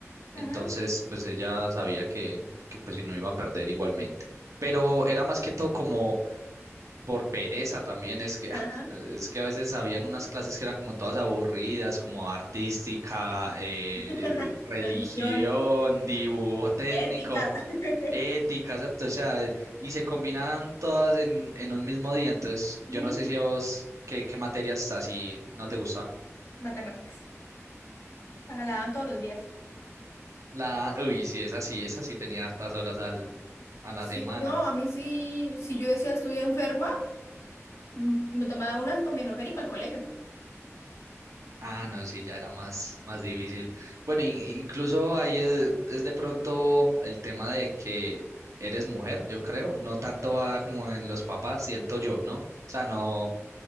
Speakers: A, on the right; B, on the left.
A: entonces
B: ajá,
A: pues ella sabía que, que pues si no iba a perder igualmente pero era más que todo como por pereza también, es que, <laughs>
B: ajá.
A: es que a veces habían unas clases que eran como todas aburridas, como artística, eh,
B: <laughs>
A: religión,
B: Religión,
A: dibujo técnico,
B: ética. <laughs>
A: ética, exacto, o sea, y se combinaban todas en, en un mismo día, entonces yo
B: Ujú.
A: no sé si a vos qué, qué materias así no te gustaban.
B: Matemáticas. Las daban todos los días.
A: La, uy, sí, esa sí, esa sí tenía hartas horas al, a la
B: Sí,
A: semana.
B: no, a mí sí, si yo decía estoy enferma, Mm, Me tomaba una acetaminofén y para el colegio.
A: Ah, no, sí, ya era más, más difícil. Bueno, in- incluso ahí es, es de pronto el tema de que eres mujer, yo creo. No tanto va como en los papás, siento yo, ¿no? O sea, no,